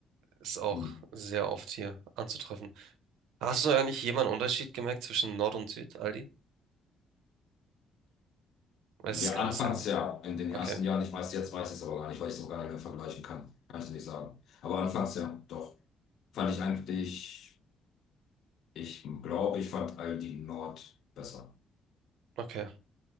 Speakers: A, on the right; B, on the left.
A: ist auch
B: Hm.
A: sehr oft hier anzutreffen. Hast du eigentlich jemanden Unterschied gemerkt zwischen Nord und Süd, Aldi? Weil
B: Wir
A: Es ist genau
B: anfangs
A: dasselbe.
B: ja in den
A: Okay,
B: ersten Jahren, ich weiß, jetzt weiß ich es aber gar nicht, weil ich es auch gar nicht mehr vergleichen kann. Kann ich nicht sagen. Aber anfangs ja, doch. Fand ich eigentlich, ich glaube, ich fand Aldi Nord besser.
A: okay.